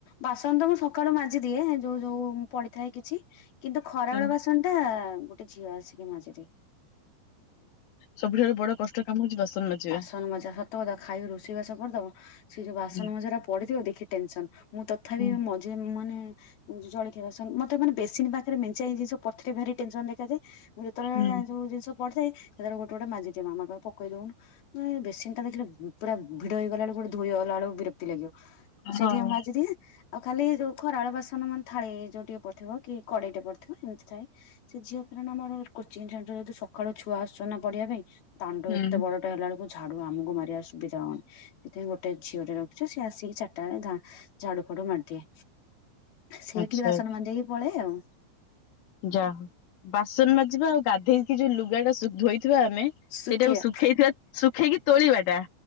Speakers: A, on the left; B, on the left.
A: ବାସନ ତ ମୁଁ ସକାଳୁ ମାଜିଦିଏ ଯୋଉ ଯୋଉ ପଡିଥାଏ କିଛି। କିନ୍ତୁ ଖରାବେଳ
B: ହୁଁ
A: ବାସନ ଟା ଗୋଟେ ଝିଅ ଆସିକି ମାଜିଦିଏ।
B: ସବୁଠାରୁ ବଡ କଷ୍ଟ କାମ ହଉଛି ବାସନ ମାଜିବା।
A: ବାସନ ମଜା ସତ କଥା ଖାଇ ରୋଷେଇବାସ କରିଦବ ସେଇ ଯୋଉ ବାସନ
B: ହୁଁ
A: ମଜା ପଡିିଥିବ ଦେଖି ଟେନସନ ମୁଁ ତଥାପି
B: ହୁଁ
A: ମଝିରେ ମୁଁ ମାନେ ଜଳଖିଆ ବାସନ ମତେ ମାନେ ବେସିନ୍ ପାଖରେ ମେଞ୍ଚେ ଜିନିଷ ପଡିଥିଲେ ଭାରି ଟେନସନ ଦେଖାଯାଏ। ମୁଁ ଯେତେବେଳେ
B: ହୁଁ
A: ଯୋଉ ଜିନିଷ ପଡିିଥାଏ ସେତେବେଳେ ଗୋଟେ ଗୋଟେ ମାଜିଦିଅ ମାମା କହେ ପକେଇ ଦଉନୁ ମାନେ ବେସିନଟା ଦେଖିଲେ ପୁରା ଭିଡ ହେଇଗଲା ବେଳକୁ ଗୋଟେ ଧୋଇଗଲା ବେଳକୁ ବିରକ୍ତି ଲାଗିବ। ସେଇଥି
B: ହଁ
A: ପାଇଁ ମୁଁ ମାଜିଦିଏ। ଆଉ ଖାଲି ଯୋଉ ଖରାବେଳ ବାସନ ମାନେ ଥାଳି ଯୋଉ ଟିକେ ପଡିଥିବ କି କଡେଇ ଟେ ପଡିଥିବ ଏମିତି ଥାଏ। ସେ ଝିଅ କାରଣ ଆମର କୋଚିଂ ସେଣ୍ଟର ଯଦି ସକାଳୁ ଛୁଆ ଆସୁଛ ନା ପଢିବା ପାଇଁ। ଦାଣ୍ଡ
B: ହୁଁ
A: ଏତେ ବଡଟା ହେଲା ବେଳକୁ ଝାଡୁ ଆମକୁ ମାରିବା ସୁବିଧା ହଉନି ସେଥିପାଇଁ ଗୋଟେ ଝିଅ ଟେ ରଖିଛୁ। ସେ ଆସିକି ଚାରିଟା ବେଳେ ଧା ଝାଡୁ ଫାଡୁ ମାରିଦିଏ। ସେ
B: ଆଚ୍ଛା
A: ଟିକେ ବାସନ ମାଜି ଦେଇକି ପଳାଏ ଆଉ।
B: ଯା ହଉ। ବାସନ ମାଜିବା ଆଉ ଗାଧେଇକି ଯୋଉ ଲୁଗା ଟା ସୁ ଧୋଇ ଥିବା ଆମେ,
A: ଶୁଖେଇବା
B: ସେଇଟାକୁ ଶୁଖେଇଥିବା ଶୁଖେଇକି ତୋଳିବା ଟା